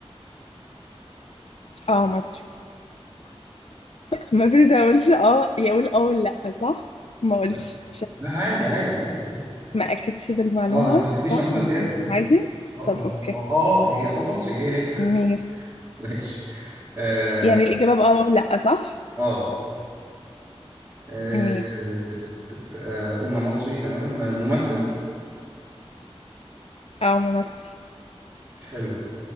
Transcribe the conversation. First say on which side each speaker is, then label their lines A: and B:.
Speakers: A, on the left; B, on the right.
A: اه مصري ما المفروض ما اقولش اه يقول اه ولا لا صح ما اقولش
B: لا لا عادي عادي عادي عادي
A: ما اكدش بالمعلومه
B: اه انت ما اديتنيش
A: صح
B: معلومه
A: ولا
B: زياده
A: إيه؟
B: يعني
A: عادي
B: اه
A: طب
B: ما
A: اوكي
B: هو ما هو اه هي هي اه مصري هي هي
A: ميس
B: <laughs> ماشي اه
A: يعني الإجابة بأه أو لأ صح؟
B: اه آه،
A: ميس
B: تت- تت- آه، قلنا مصري تمام ممثل
A: أو ممثل
B: حلو